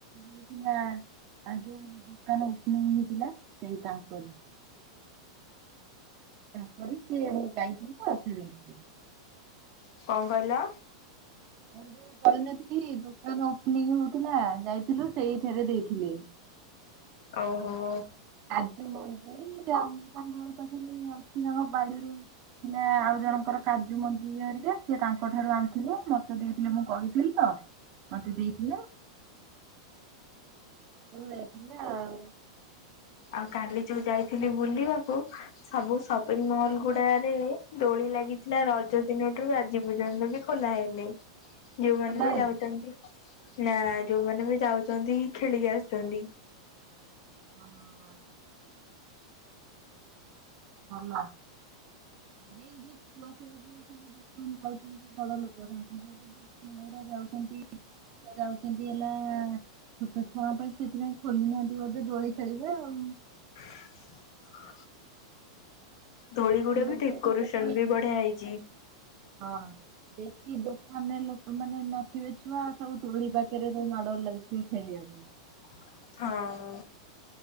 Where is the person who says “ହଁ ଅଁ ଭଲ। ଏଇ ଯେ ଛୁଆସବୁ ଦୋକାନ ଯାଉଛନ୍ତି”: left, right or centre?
Right